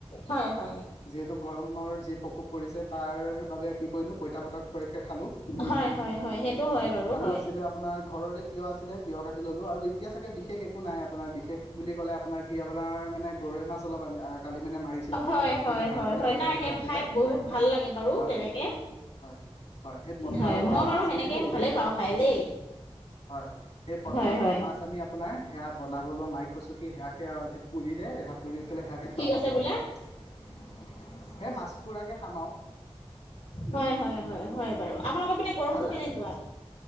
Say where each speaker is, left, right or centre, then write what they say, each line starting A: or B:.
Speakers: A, on the left; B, on the left.
A: হয় হয়।
B: যিহেতু গৰমৰ যি প্ৰকোপ পৰিছে তাৰ বাবে কি কৰিলো পইতা ভাত কৰিকে খালো।
A: হয় হয় হয়, সেইটো হয় বাৰু।
B: আৰু
A: হয়।
B: আছিলে আপোনাৰ ঘৰৰে তিয়হ আছিলে তিয়হ কাটি ললো, আৰু এতিয়া চাগে বিশেষ একো নাই আপোনাৰ বিশে- শেষ বুলি ক'লে আপোনাৰ কি আপোনাৰ মানে- গৰৈ মাছ অলপ আমি কালি মানে মাৰিছিলো আমাৰ
A: হয়
B: পথাৰত
A: হয়
B: মানে হাল
A: হয়
B: বালে
A: হয়
B: ওলাই
A: নাই
B: যে
A: সেই
B: মাছ
A: খাই
B: ওলাই।
A: বহুত ভাল লাগে বাৰু
B: হয়
A: তেনেকে।
B: হয় হয় হয় সেই পথাৰৰ
A: হয়,
B: পৰা
A: মই বাৰু
B: মাছ
A: সেনেকে
B: আনিলো
A: ভালে
B: সেই
A: পাওঁ খাই দেই।
B: হয় হয়, এই পথাৰৰ
A: হয়
B: পৰা
A: হয়
B: মাছ আনি আপোনাৰ সেয়া বনাবলো মাই- কৈছো কি সেয়াকে আৰু আজি পুৰি দে সেয়া পুৰি পেলাই সেয়াকে
A: কি
B: খাম
A: কৈছে
B: আৰু।
A: বোলে
B: এ মাছ পুৰাকে খাম আৰু।
A: হয় হয় হয় হয় বাৰু, আপোনালোকৰ পিনে- গৰমটো
B: ভাল লাগে,
A: কেনেকুৱা?